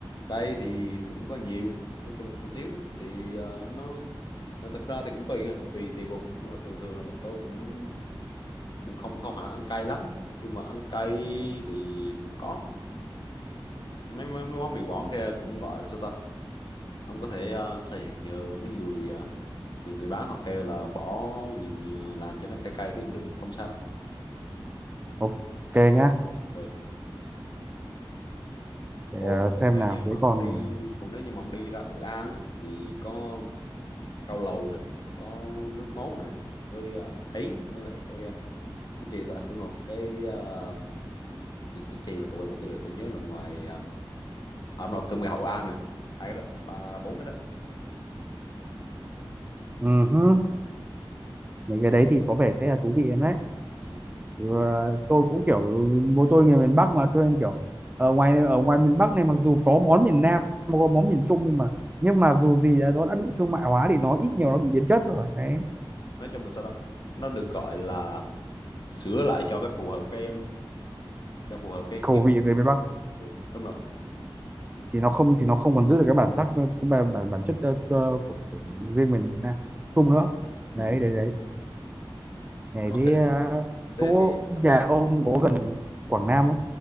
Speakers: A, on the left; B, on the right.
A: cay thì cũng có nhiều nói chung không thiếu thì ờ, nó nó thật ra thì cũng tùy à, tùy tùy vùng nhưng mà thường thường là bọn tôi cũng cũng không không hẳn ăn cay lắm nhưng mà ăn cay thì cũng có mấy mấy, mấy quán mì quảng kia cũng gọi là sao ta ông có thể ờ, sao nhỉ nhờ mấy người ờ, nhờ người bán họ kêu là bỏ nhiều nhiều- làm cho nó cay cay thì cũng được không sao
B: Ok nhá,
A: ừ.
B: để
A: còn
B: ờ, xem
A: nếu
B: nào.
A: như
B: Thế
A: mà ông
B: còn
A: đi còn nếu như mà ông đi ra Hội An á, thì có cao lầu này có nước mốt này với uh, thính với lại cái ờ, cái gì ta đúng rồi cái ờ, cái cái chi mà tôi quên mất tiêu rồi tôi nhớ là ngoài uh, ông nào cơm gà Hội An này hai cái đó ba bốn cái đó
B: ừ hứ, mấy cái đấy thì có vẻ sẽ là thú vị em đấy.
A: ừ.
B: Ừ, ờ, tôi cũng kiểu bố tôi người miền Bắc mà cho nên kiểu ở ngoài ở ngoài miền Bắc này mặc dù có món miền Nam, có món miền Trung nhưng mà nhưng mà dù gì đã, nó đã bị thương mại hóa thì nó ít nhiều nó bị biến chất rồi. Đấy,
A: nói chung là sao ta nó được gọi là sửa lại cho cái phù hợp cái em cho phù hợp cái cái
B: khẩu
A: kiểu
B: vị người miền Bắc.
A: ừ. đúng rồi
B: thì nó không thì nó không còn giữ được cái bản sắc cái bản bản, bản chất ờ, ờ, của, của riêng mình uh, chung nữa đấy
A: ừ.
B: đấy đấy này
A: có
B: thế
A: khi
B: ờ,
A: thế
B: chỗ
A: thì
B: nhà
A: ờ,
B: ông có gần Quảng Nam không